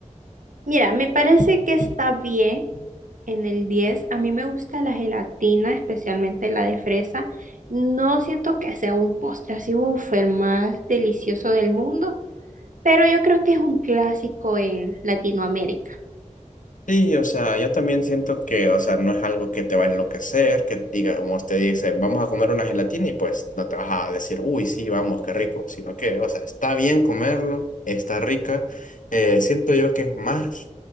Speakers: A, on the right; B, on the left.
A: Mira, me parece que está bien en el 10. A mí me gusta la gelatina, especialmente la de fresa. No siento que sea un postre así, uff, el más delicioso del mundo, pero yo creo que es un clásico en Latinoamérica.
B: Sí, o sea, yo también siento que, o sea, no es algo que te va a enloquecer, que digamos, te dicen, vamos a comer una gelatina y pues no te vas a decir, uy, sí, vamos, qué rico, sino que, o sea, está bien comerlo, está rica. Eh, siento yo que es más